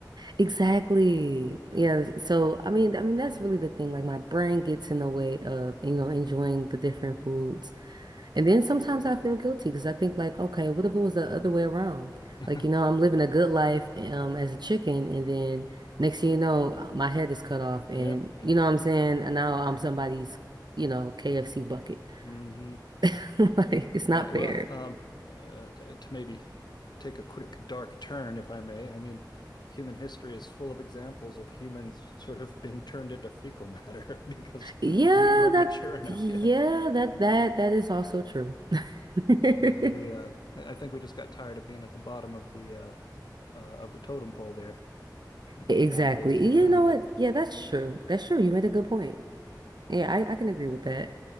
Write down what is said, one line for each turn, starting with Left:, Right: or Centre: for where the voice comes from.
Right: Exactly. Yeah. So I mean, I mean that's really the thing. Like my brain gets in the way of, you know, enjoying the different foods. And then sometimes I feel guilty because I think like, okay, what if it was the other way around?
Left: <laughs>
Right: Like, you know, I'm living a good life um as a chicken and then next thing you know, uh, my head is cut off and
Left: Yeah, yeah.
Right: you know what I'm saying? And now I'm somebody's, you know, KFC bucket.
Left: hmm
Right: <laughs> Like, it's not
Left: Yeah, well,
Right: fair.
Left: um,
Right: <laughs>
Left: uh, to maybe take a quick dark turn, if I may. I mean, human history is full of examples of humans sort of being turned into fecal matter <laughs> because
Right: Yeah,
Left: we weren't
Right: that
Left: mature enough
Right: yeah,
Left: yet.
Right: that that that is also true. <laughs>
Left: Yeah, we, uh, I I think we just got tired of being at the bottom of the uh, uh, of the totem pole there and
Right: Exactly.
Left: found ways to get
Right: You
Left: around
Right: know what?
Left: it.
Right: Yeah, that's true. That's true. You made a good point. Yeah, I, I can agree with that.